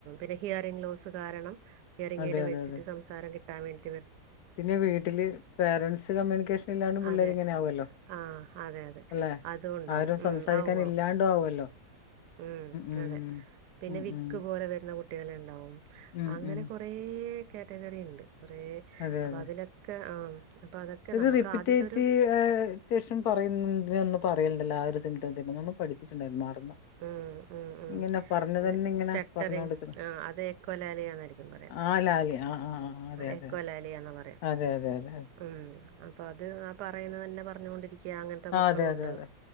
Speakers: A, on the right; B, on the left.
A: പിന്നെ ഹിയറിംഗ് ലോസ് കാരണം ഹിയറിംഗ്
B: അതെ
A: ഐ
B: അതെ
A: വെച്ചിട്ട്
B: അതെ
A: സംസാരം കിട്ടാൻ വേണ്ടി
B: പിന്നെ വീട്ടില് പേരൻറ്സ് കമ്മ്യൂണിക്കേഷൻ ഇല്ലാണ്ട് പിള്ളേരിങ്ങനെ
A: അതെ
B: ആവുല്ലോ
A: ആ അതെ അതെ
B: അല്ലെ
A: അതും ഉണ്ടാവും
B: ആരും
A: ഉം
B: സംസാരിക്കാൻ
A: ആവും ആവും
B: ഇല്ലാണ്ട ആവുമല്ലോ
A: ഉം
B: ഉം
A: അതെ പിന്നെ
B: ഉം
A: വിക്ക്
B: ഉം
A: പോലെ വരുന്ന കുട്ടികളുണ്ടാവും
B: ഉം
A: അങ്ങനെ
B: ഉം
A: കുറേ കാറ്റഗറി ഉണ്ട് കുറേ
B: അതെ
A: അപ്പം
B: അതെ
A: അതിലൊക്കെ ആ അപ്പോൾ അതൊക്കെ
B: ഒരു
A: നമുക്ക്
B: റിപ്പീറ്റേറ്റ്അത്യാവശ്യം
A: ആദ്യത്തെ ഒരു
B: ആ പറയുന്നുണ്ട് ഇങ്ങന ഒന്നും പറയലണ്ടല്ലോ ആ ഒരു സിംറ്റം തന്നെ നമ്മൾ പഠിച്ചിട്ടുണ്ടായിരുന്നു ആറ്ന്ന്
A: ഉം ഉം ഉം
B: പറഞ്ഞു
A: അത്
B: തന്നെ ഇങ്ങനാ
A: സ്റ്റട്ടറിങ്
B: പറഞ്ഞ കൊടുക്കുന്നത്
A: ആ അത് എക്കോലാലിയ എന്നായിരിക്കും പറയുക
B: ആല ആലി ആ ആ ആ അതെ
A: എക്കോലാലിയ
B: തെ അതെ
A: എന്ന് പറയാം
B: അതെ അതെ അതെ
A: ഉം അപ്പൊ അത് ആ പറയുന്ന തന്നെ പറഞ്ഞൊണ്ടിരിക്കുന്നു യാ അങ്ങനത്തെ
B: ആ
A: മക്കളുണ്ട്
B: അതെ അതെ അതെ